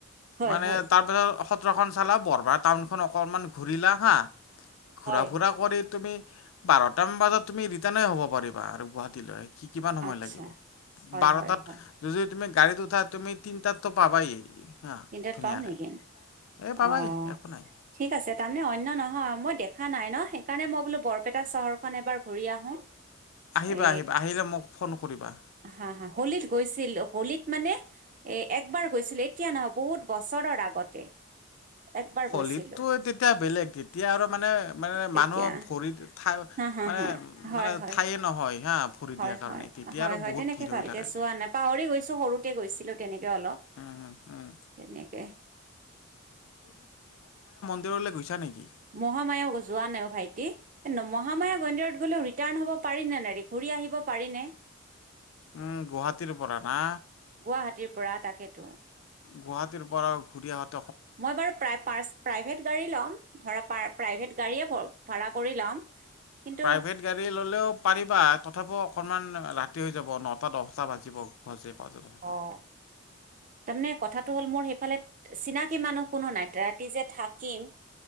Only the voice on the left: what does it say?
মানে
তাৰপিছত সত্ৰখন চালা, <unintelligible> টাউনখন অকনমান ঘূৰিলা হা ঘুৰা
ফুৰা কৰি তুমি বাৰটা মান বজাত, তুমি ৰিটাৰ্ণ এ হব পাৰিবা আৰু গুৱাহাটীলৈ। কিমান সময়
লাগিব,
বাৰটাত
যদি তুমি গাড়ীতো <unintelligible> তুমি তিনটাততো পাবাই। হা
ধুনীয়াকৈ
এই পাবাই
একো নাই।
আহিবা
আহিবা আহিলে মোক ফোন কৰিবা
হলীততো
তেতিয়া বেলেগ, এতিয়া আৰু মানে মানে
মানুহ ভৰিত থাই
মানে
মানে
ঠায়ে নহয় হা। ভৰি
দিয়াৰ কাৰণে
তেতিয়া
আৰু
বহুত
ভিৰ হৈ
থাকে
উম উম উম
ভিতৰলে গৈছা নেকি?
উম, গুৱাহাটীৰ পৰা না?
গুৱাহাটীৰ পৰাও ঘূৰি আহোত
প্ৰাইভেট গাড়ী ললেও পাৰিব। বা তথাপিও অকণমান ৰাতি হৈ যাব নটা দহটা বাজিব। সজে পাজ থ থাকিব